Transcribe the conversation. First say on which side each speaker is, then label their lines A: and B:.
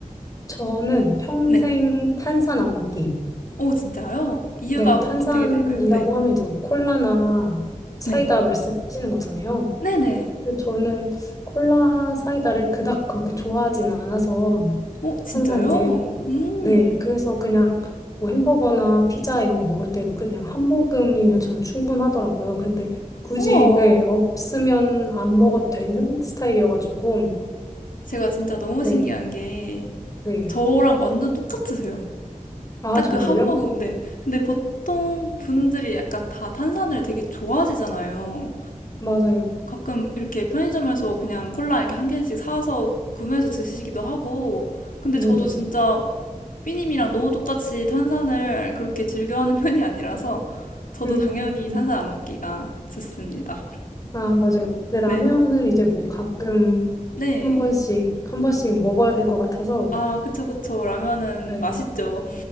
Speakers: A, on the left (about 25°); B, on the left (about 85°).
A: 저는 평생
B: 네.
A: 탄산 안 먹기.
B: 오, 진짜요? 이유가
A: 네, 탄산이라고
B: 어떻게 될까요? 네.
A: 하면 이제 뭐 콜라나 사이다
B: 네.
A: 말씀하시는 거잖아요.
B: 네네.
A: 근데 저는 콜라 사이다를 그닥 그렇게 좋아하진 않아서
B: 오, 진짜요?
A: 항상 이제
B: 음.
A: 네, 그래서 그냥 뭐 햄버거나 피자 이런 거 먹을 때도 그냥 한 모금이면 저는 충분하더라고요. 근데 굳이,
B: 우와.
A: 네, 없으면 안 먹어도 되는 스타일이어가지고,
B: 제가 진짜 너무
A: 네,
B: 신기한 게
A: 네.
B: 저랑 완전 똑같으세요.
A: 아,
B: 딱
A: 정말요?
B: 그 한 모금, 네. 근데 보통 분들이 약간 다 탄산을 되게 좋아하시잖아요.
A: 맞아요.
B: 가끔 이렇게 편의점에서 그냥 콜라 이렇게 한 캔씩 사서 구매해서 드시기도 하고. 근데
A: 네네.
B: 저도 진짜 삐님이랑 너무 똑같이 탄산을 그렇게 즐겨하는 <laughs> 편이 아니라서 저도
A: 음,
B: 당연히 탄산 안 먹기가 좋습니다.
A: 아, 맞아요. 근데 라면은
B: 네.
A: 이제 뭐 가끔
B: 네.
A: 한 번씩, 한 번씩 먹어야 될 것 같아서,
B: 아, 그쵸, 그쵸. 라면은
A: 네.
B: 맛있죠.